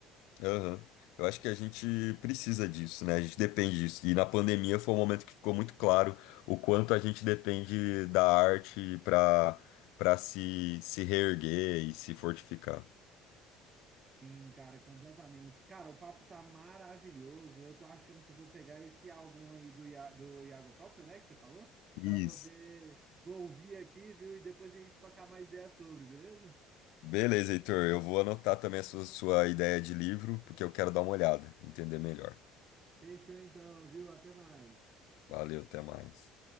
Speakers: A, on the left; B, on the right.
A: Aham. Eu acho que a gente precisa disso, né? A gente depende disso. E na pandemia foi um momento que ficou muito claro o quanto a gente depende da arte para para se, se reerguer e se fortificar.
B: Sim, cara, completamente. Cara, o papo tá maravilhoso. Eu tô achando que eu vou pegar esse álbum aí do, Ia- do Iago próprio, né, que você falou,
A: Isso.
B: para poder ouvir aqui, viu? E depois a gente trocar mais ideias sobre, beleza?
A: Beleza, Heitor. Eu vou anotar também a sua, sua ideia de livro, porque eu quero dar uma olhada, entender melhor.
B: Fechou então, viu? Até mais.
A: Valeu, até mais.